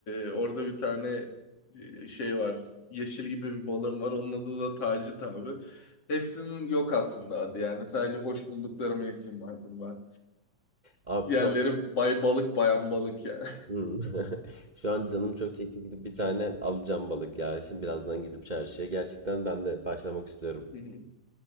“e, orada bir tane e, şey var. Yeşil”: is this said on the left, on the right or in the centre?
Left